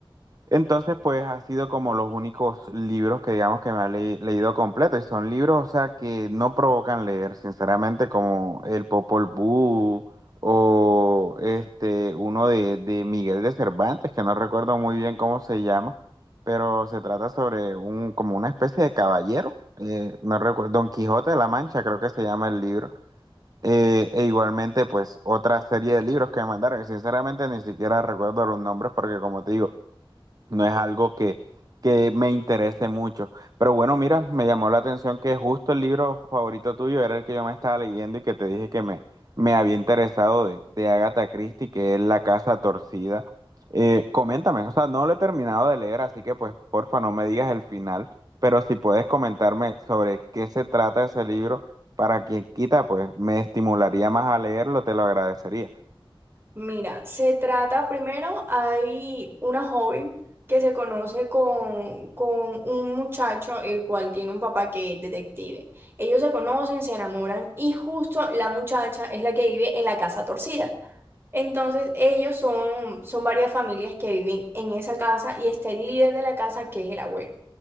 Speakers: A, on the right; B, on the right.
A: Entonces, pues ha sido como los únicos libros que digamos que me ha le- leído completo. Y son libros, o sea, que no provocan leer, sinceramente, como El Popol Vuh o este, uno de, de Miguel de Cervantes, que no recuerdo muy bien cómo se llama, pero se trata sobre un, como una especie de caballero. eh, no recuerdo, Don Quijote de la Mancha, creo que se llama el libro. Eh, e igualmente, pues, otra serie de libros que me mandaron, que sinceramente ni siquiera recuerdo los nombres, porque como te digo, no es algo que, que me interese mucho. Pero bueno, mira, me llamó la atención que justo el libro favorito tuyo era el que yo me estaba leyendo y que te dije que me, me había interesado de, de Agatha Christie, que es La Casa Torcida. Eh, coméntame, o sea, no lo he terminado de leer, así que pues porfa no me digas el final, pero si puedes comentarme sobre qué se trata ese libro, para quien quita, pues me estimularía más a leerlo, te lo agradecería.
B: Mira, se trata primero, hay una joven que se conoce con, con un muchacho, el cual tiene un papá que es detective. Ellos se conocen, se enamoran y justo la muchacha es la que vive en la casa torcida. Entonces, ellos son, son varias familias que viven en esa casa y está el líder de la casa, que es el abuelo.